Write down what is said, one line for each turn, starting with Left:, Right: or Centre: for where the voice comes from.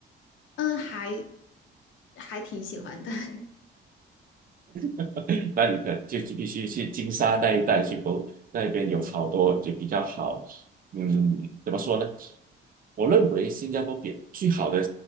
Left: 嗯，还还挺喜欢的。<laughs>
Right: <laughs> 那你可就是必须去金沙那一带去博，那边有好多就比较好，嗯，怎么说呢？我认为新加坡比最好的